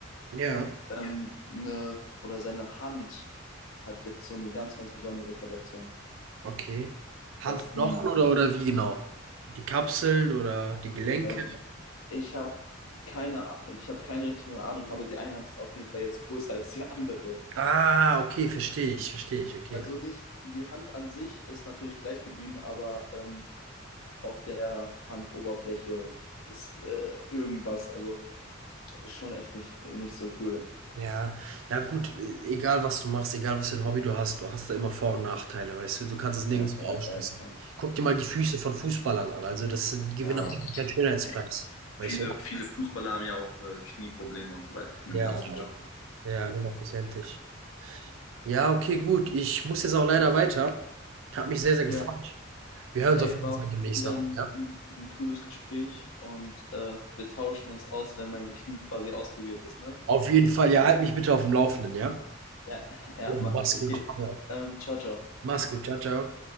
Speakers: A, on the right (about 70°); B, on the left (about 80°).
A: Ja,
B: ähm, ja. eine, oder seine Hand hat jetzt so eine ganz, ganz besondere Verletzung,
A: okay. Handknochen
B: dass die,
A: oder oder wie genau? Die Kapseln oder die Gelenke?
B: ähm, ich habe keine, ich habe keine richtige Ahnung, aber die eine Hand ist auf jeden Fall jetzt größer als die andere.
A: Ah, okay, verstehe ich, verstehe ich, okay.
B: Also nicht, die Hand an sich ist natürlich gleich geblieben, aber ähm, auf der Handoberfläche ist äh, irgendwas. Also schon echt nicht, nicht so cool.
A: Ja, ja gut, e egal was du machst, egal was für ein Hobby du hast, du hast da immer Vor und Nachteile, weißt du, du kannst es nirgendwo
B: Ja, ja,
A: ausschließen.
B: ja, klar.
A: Guck dir mal die Füße von Fußballern an, also das sind, die gewinnen
B: Ja,
A: auf jeden Fall keinen Schönheitspreis,
B: ja.
A: weißt
B: Viele,
A: du?
B: viele Fußballer haben ja auch äh, Knieprobleme und so weiter von dem
A: Ja,
B: ganzen Job.
A: ja, hundertprozentig. Ja, okay, gut, ich muss jetzt auch leider weiter. Hat mich sehr, sehr
B: Ja,
A: gefreut. Wir hören
B: ey,
A: uns auf jeden
B: war
A: Fall
B: auf jeden
A: demnächst
B: Fall wieder
A: nochmal,
B: ein,
A: ja?
B: ein, ein cooles Gespräch und äh, wir tauschen uns aus, wenn mein Knie quasi auskuriert ist, ne?
A: Auf jeden Fall, ja, halt mich bitte auf dem Laufenden, ja?
B: Ja, ja,
A: Ja,
B: mache
A: mach's
B: ich. Okay.
A: gut. Ja.
B: Ähm, ciao, ciao.
A: Mach's gut, ciao, ciao.